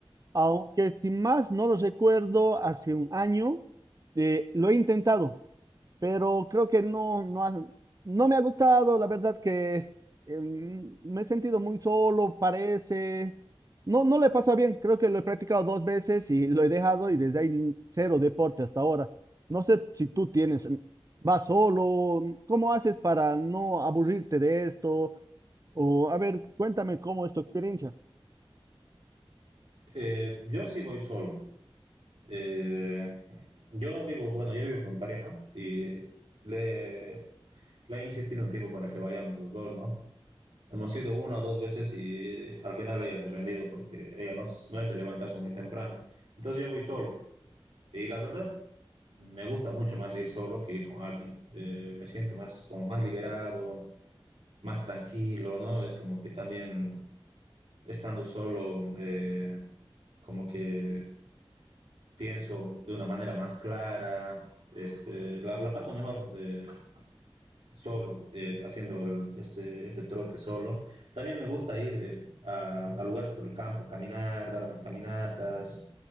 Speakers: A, on the right (about 35°); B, on the right (about 85°).
A: Aunque sin más no lo recuerdo, hace un año eh, lo he intentado, pero creo que no, no, ha- no me ha gustado. La verdad que eh, me he sentido muy solo, parece. No, no le pasó bien. Creo que lo he practicado dos veces y lo he dejado y desde ahí n- cero deporte hasta ahora. No sé si tú tienes, vas solo, ¿cómo haces para no aburrirte de esto? O a ver, cuéntame cómo es tu experiencia.
B: Eh, yo sí voy solo. Eh, yo vivo, bueno, yo vivo con mi pareja y le, Le he insistido un tiempo para que vayamos los dos, ¿no? Hemos ido una o dos veces y eh, al final ella se ha rendido porque ella no, no es de levantarse muy temprano. Entonces yo voy solo. Y la verdad, me gusta mucho más ir solo que ir con alguien. Eh, me siento más, como más liberado, más tranquilo, ¿no? Es como que también estando solo, eh, como que pienso de una manera más clara, este, la, la paso mejor. Eh, solo, eh, haciendo el- este, este trote solo. También me gusta ir es, a, a lugares por el campo, caminar, dar unas caminatas.